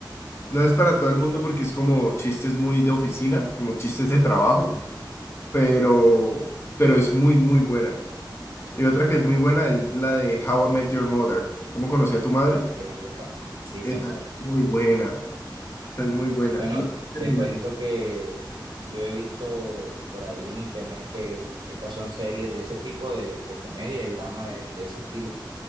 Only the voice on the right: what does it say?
Ujú.
Epa, sí,
señor.
Bueno,
te cuento que yo he visto por ahí en internet que estas son series de ese tipo de, de comedia y drama de, de ese estilo.